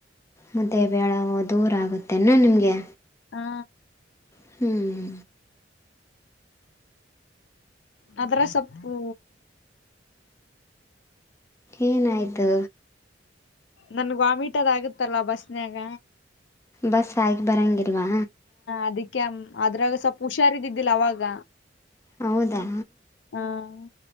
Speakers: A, on the left (about 15°); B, on the left (about 80°).
A: ಮುದ್ದೆ ಬೇಡ ದೂರ ಆಗುತ್ತೆನಾ ನಿಮಗೆ
B: ಹಾ
A: ಹ್ಮ್
B: ಅದ್ರ ಸೊಪ್ಪು
A: ಏನಾಯ್ತು
B: ನನ್ಗ್ ವಾಮಿಟ್ ಅದ ಆಗುತ್ತಲ್ಲ ಬಸ್ನ್ಯಾಗ
A: ಬಸ್ ಆಗಿ ಬರೋಂಗಿಲ್ವಾ
B: ಅದಕ್ಕೆ ಅದ್ರಾಗ ಸ್ವಲ್ಪ ಹುಷಾರಿದಿದ್ದಿಲ್ಲ ಅವಾಗ
A: ಹೌದಾ
B: ಆ.